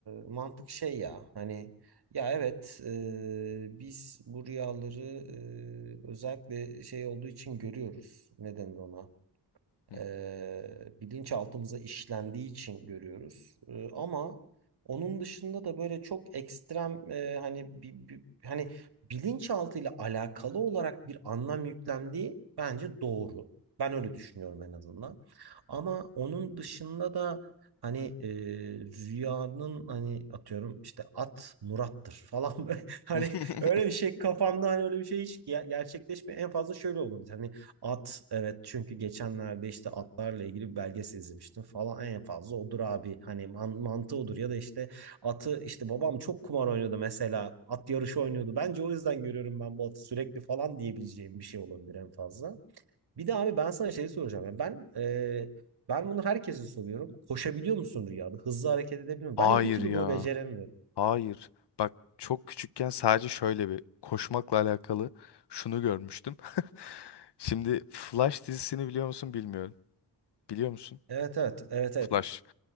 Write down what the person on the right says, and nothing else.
mantık şey ya hani ya evet e, biz bu rüyaları e, özellikle şey olduğu için görüyoruz. Ne denir ona?
e, bilinçaltımıza işlendiği için görüyoruz. E, ama onun dışında da böyle çok ekstrem e, hani bir, bir, hani bilinçaltıyla alakalı olarak bir anlam yüklendiği bence doğru. Ben öyle düşünüyorum en azından. Ama onun dışında da hani e, rüyanın hani atıyorum işte at Murat'tır falan <laughs> böyle. hani
öyle bir şey kafamda hani öyle bir şey hiç ger- gerçekleşmiyor. En fazla şöyle olabilir. Hani At evet çünkü geçenlerde işte atlarla ilgili bir belgesel izlemiştim falan en fazla odur abi hani man- mantığı odur ya da işte atı işte babam çok kumar oynuyordu mesela at yarışı oynuyordu bence o yüzden görüyorum ben bu atı sürekli falan diyebileceğim bir şey olabilir en fazla. Bir de abi ben sana şey soracağım ya ben e, ben bunu herkese soruyorum koşabiliyor musun rüyada hızlı hareket edebiliyor musun
ben bir türlü
bunu beceremiyorum.
Evet evet evet evet.